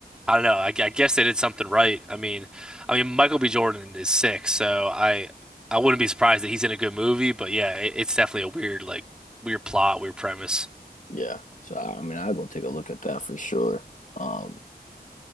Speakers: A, in the centre; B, on the left.
A: I don't know. I, I guess they did something right. I mean, I mean, Michael B. Jordan is sick, so I, I wouldn't be surprised that he's in a good movie, but yeah, it, it's definitely a weird, like, weird plot, weird premise.
B: yeah. So I mean, I'll go take a look at that for sure. Um,